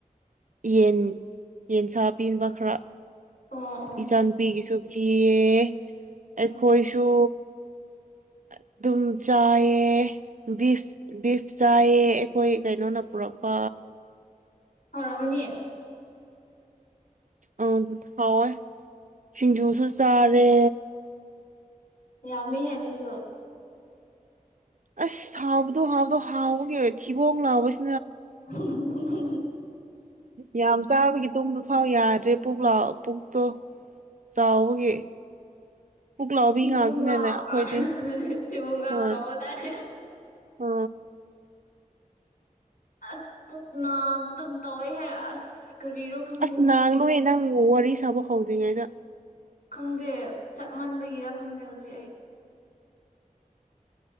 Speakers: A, on the right; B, on the left.
A: ꯌꯦꯟ ꯌꯦꯟꯁꯥ ꯄꯤꯕ ꯈꯔ
B: ꯑꯣ ꯑꯣ
A: ꯏꯆꯥꯄꯤꯒꯤꯁꯨ ꯐꯤꯌꯦ ꯑꯩꯈꯣꯏꯁꯨ
B: ꯑꯣ
A: ꯑꯗꯨꯝ ꯆꯥꯌꯦ ꯕꯤꯐ ꯕꯤꯐ ꯆꯥꯏꯑ ꯑꯩꯈꯣꯏ ꯀꯩꯅꯣꯅ ꯄꯨꯔꯛꯄ
B: ꯍ ꯔꯝꯅꯤ
A: ꯑ ꯑꯗꯨ ꯊꯥꯎꯋꯦ ꯁꯤꯡꯖꯨꯁꯨ ꯆꯥꯔꯦ
B: ꯌꯥꯝꯃꯦ ꯍꯦꯟꯅꯁꯨ
A: ꯑꯁ ꯍꯥꯎꯕꯗꯣ ꯍꯥꯎꯕꯗꯣ ꯍꯥꯎꯕꯒꯤꯦ ꯊꯤꯕꯣꯡ ꯂꯥꯎꯕꯁ
B: <inaudible> <unintelligible>
A: ꯌꯥꯝ ꯆꯥꯕꯒꯤ ꯇꯨꯝꯕ ꯐꯥꯎ ꯌꯥꯔꯦ ꯑꯦ ꯄꯨꯛ ꯂꯥꯛ ꯄꯨꯛꯇꯣ ꯆꯥꯎꯕꯒꯤ ꯄꯨꯛ ꯂꯥꯎꯕꯤ
B: ꯊꯤꯕꯨꯡ
A: ꯉꯥꯛꯇꯅꯅꯦ
B: ꯂꯥꯎ
A: ꯑꯩꯈꯣꯏꯗꯤ
B: ꯀꯥꯎ ꯑꯗꯨꯗꯤ ꯊꯤꯕꯨꯡ ꯂꯥꯎ
A: ꯍꯣꯏ
B: ꯀꯧꯕ ꯇꯥꯔꯦ
A: ꯑ
B: ꯑꯁ ꯄꯨꯨꯛꯅꯥ ꯎ ꯑꯗꯨꯝ ꯇꯧ ꯍꯥꯏ ꯑꯁ ꯀꯔꯤꯔꯣ ꯈꯪꯗꯦ
A: ꯑꯁ
B: ꯍꯧꯖꯤꯛꯀꯤꯁꯦ
A: ꯅꯥꯡ ꯅꯣꯏꯍ ꯅꯪ ꯋꯥꯔꯤ ꯁꯥꯕ ꯍꯧꯗ꯭ꯔꯤꯉꯩꯗ
B: ꯈꯪꯗꯦ ꯆꯞ ꯃꯟꯕꯒꯤꯔ ꯈꯪꯗꯦ ꯍꯧꯖꯤꯛ ꯑꯩ